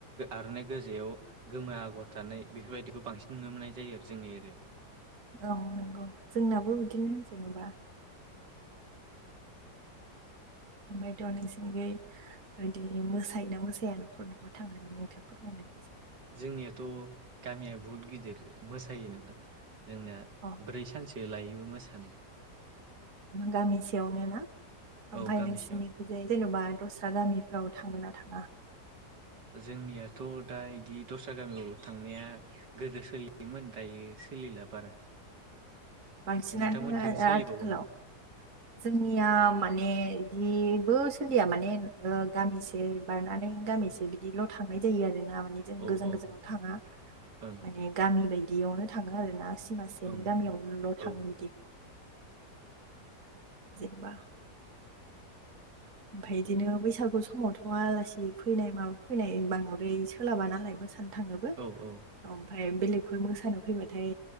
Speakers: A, on the right; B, on the right.
A: आरनाइ गोजायाव गोमो आगर थानाय बेफोरबायदिखौ बांसिन नुनो मोननाय जायो आरो जोंनि एरिया
B: औ नंगौ जोंनाबो बिदिनो जेनेबा ओमफायथ' नोंसोनिगै बिदि मोसायोना मोसाया न'खर न'खर थांनानै नोंथाङ फोरमायनायसै
A: जोंनियाथ' गामिया बहुद गिदिर मोसायो नोंथां जोंनाया
B: अ
A: ब्रै सानसो लायोबो मोसानो
B: गामिसेयावनोना
A: औ
B: ओमफ्राय
A: गामिसेयावनो
B: नोंसिरनिखै जेन'बा दस्रा गामिफ्राव थाङोना थाङा
A: जोंनियाथ' दा बिदि दस्रा गामियाव थांनाया गोदो सोलियोमोन दायो सोलिला बारा
B: बांसिनानो
A: नोंथांमोनथिं सोलिबावो
B: आथिखालाव
A: नामा
B: जोंनिया माने बिदिबो सोलिया माने गामिसे बारनानै गामिसे बिदिल' थांनाय जायो आरो ना माने जों
A: औ
B: गोजान
A: औ
B: गोजानाव थाङा
A: ओं
B: माने गामि बायदियावनो थाङो आरोना सिमासेनि
A: ओं ओं
B: गामियाव नल'
A: औ
B: थाङो बिदि जेनेबा
A: <inaudible>
B: ओमफफ्राय बिदिनो बैसागु समावथ' आलासि फैनाय माबा फैनाय बांद्राय सोलाबा नालाय मो सानो थांनोबो
A: औ औ
B: ओमफ्राय बेलेगफोर मोसानो फैबाथाय